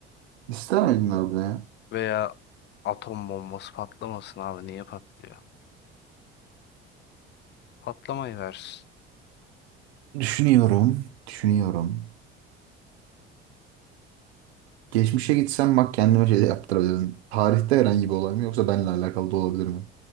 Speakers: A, on the right (about 80°); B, on the left (about 35°).
A: İster miydin orada ya?
B: Veya atom bombası patlamasın abi. Niye patlıyor? Patlamayı versin.
A: Düşünüyorum. Düşünüyorum. Geçmişe gitsem bak kendime şey de yaptırabilirim. Tarihte herhangi bir olay mı yoksa benimle alakalı da olabilir mi?